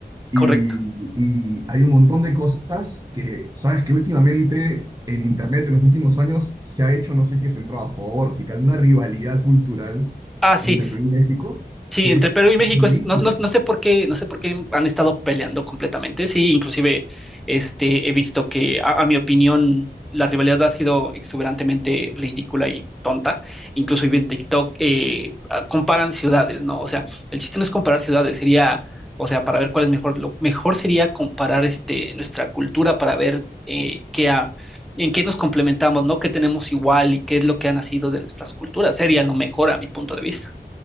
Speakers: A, on the right; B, in the centre.
A: Y,
B: correcto.
A: y hay un montón de cosas que, sabes que últimamente en Internet en los últimos años se ha hecho, no sé si es entrado a favor o si tal, una rivalidad cultural
B: Ah, sí,
A: entre Perú y México
B: Sí,
A: que
B: entre
A: es,
B: Perú y México
A: es ridícula.
B: es- no, no, no sé por qué, no sé por qué han estado peleando completamente. Sí, inclusive este he visto que a, a mi opinión la rivalidad ha sido exuberantemente ridícula y tonta. Incluso vi en TikTok eh, ah, comparan ciudades, ¿no? O sea, el chiste no es comparar ciudades, sería, o sea, para ver cuál es mejor, lo mejor sería comparar este nuestra cultura para ver eh, qué ha- en qué nos complementamos, ¿no? ¿Qué tenemos igual y qué es lo que ha nacido de nuestras culturas? Sería lo mejor a mi punto de vista.